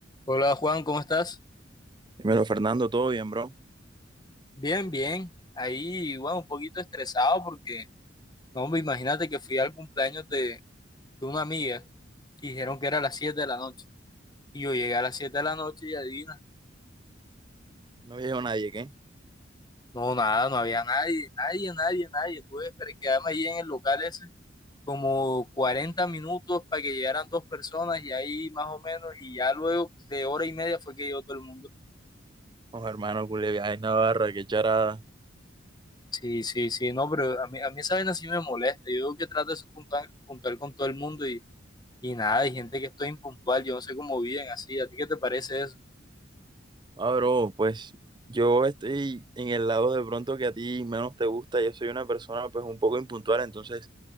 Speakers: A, on the left; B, on the right.
A: Hola Juan, ¿cómo estás?
B: Dímelo, Fernando, ¿todo bien, bro?
A: Bien, bien. Ahí, bueno, un poquito estresado porque, no, hombre, imagínate que fui al cumpleaños de, de una amiga y dijeron que era a las 7 de la noche. Y yo llegué a las 7 de la noche y adivina,
B: No veo a nadie, ¿qué?
A: no, nada, no había nadie, nadie, nadie, nadie. Tuve que esperar- quedarme ahí en el local ese como 40 minutos para que llegaran dos personas y ahí más o menos, y ya luego de hora y media fue que llegó todo el mundo.
B: Oh, hermano, culé, ay, Navarra, qué charada.
A: Sí, sí, sí, no, pero a mí, a mí esa vaina sí me molesta. Yo que trato de ser puntual, puntual con todo el mundo Y nada, hay gente que estoy impuntual, yo no sé cómo viven así. ¿A ti qué te parece eso?
B: Ah, bro, pues yo estoy en el lado de pronto que a ti menos te gusta. Yo soy una persona, pues, un poco impuntual, entonces